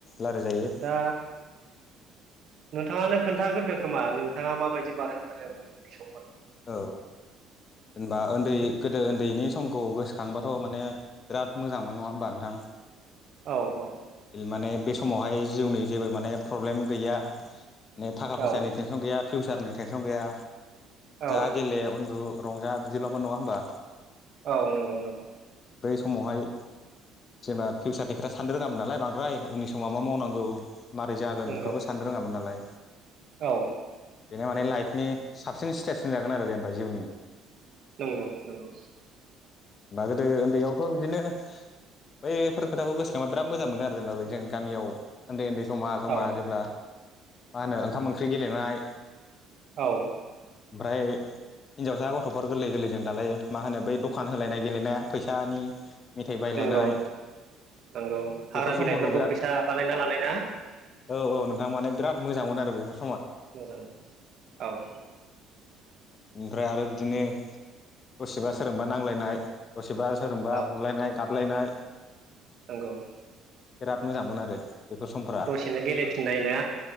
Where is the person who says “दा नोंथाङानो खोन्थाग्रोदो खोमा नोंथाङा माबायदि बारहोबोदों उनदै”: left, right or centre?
Right